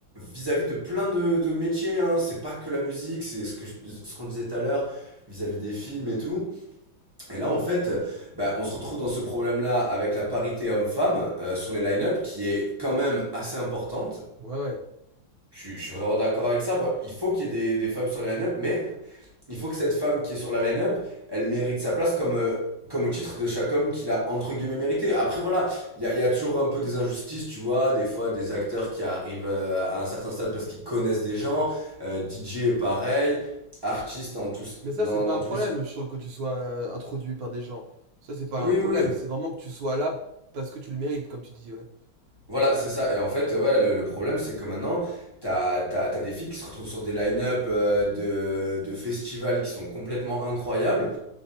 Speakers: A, on the right; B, on the right.
A: vis-à-vis de plein de, de métiers, hein, c'est pas que la musique, c'est ce que je- ce qu'on disait tout à l'heure, vis-à-vis des films et tout. Et là, en fait, euh, bah, on se retrouve dans ce problème-là avec la parité homme-femme euh, sur les line-up, qui est quand même assez importante.
B: ouais, ouais.
A: Je suis, je suis vraiment d'accord avec ça. Bon, il faut qu'il y ait des, des femmes sur les line-up, mais il faut que cette femme qui est sur la line-up, elle mérite sa place comme, euh, comme au titre de chaque homme qu'il a entre guillemets mérité. Après, voilà, il y a, y a toujours un peu des injustices, tu vois, des fois des acteurs qui arrivent euh, à un certain stade parce qu'ils connaissent des gens, euh, DJ est pareil, artiste dans tous,
B: Mais ça,
A: dans,
B: c'est pas
A: dans
B: un
A: tous
B: problème,
A: les... si-,
B: je trouve, que tu sois euh, introduit par des gens. Ça, c'est pas
A: Oui,
B: un problème.
A: oui, oui.
B: C'est vraiment que tu sois là parce que tu le mérites, comme tu dis, ouais.
A: Voilà, c'est ça. Et en fait, ouais, le, le problème, c'est que maintenant, t'as, t'as, t'as des filles qui se retrouvent sur des line-up euh, de, de festivals qui sont complètement incroyables